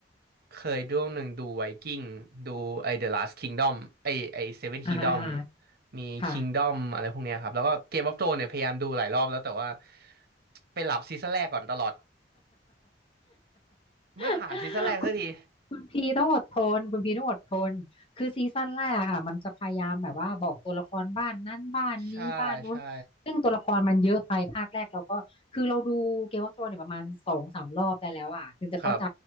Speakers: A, on the right; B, on the left.
A: เคยดูหนึ่งดูไวกิ้งดูไอ The Last Kingdom ไอ้ไอ Seven
B: อ่าฮะอ่าฮะ
A: Kingdom มี
B: ค่ะ
A: Kingdom อะไรพวกเนี้ยครับแล้วก็ Game of Thrones เนี่ยพยายามดูหลายรอบแล้วแต่ว่าไปหลับซีซั่นแรกก่อนตลอด
B: <laughs>
A: ไม่ผ่านซีซั่นแรกสักที
B: คุณพีต้องอดทนคุณพีต้องอดทนคือซีซั่นแรกอะค่ะมันจะพยายามแบบว่าบอกตัวละครบ้านนั้นบ้านนี้บ้านนู้นซึ่งตัวละครมันเยอะไปภาคแรกเราก็คือเราดูเกม
A: ใช่ใช่
B: e อ f โ h r o n e s เนี่ยประมาณสองสามรอบได้แล้วอ่ะถึงจะเข้าใจ
A: ครับ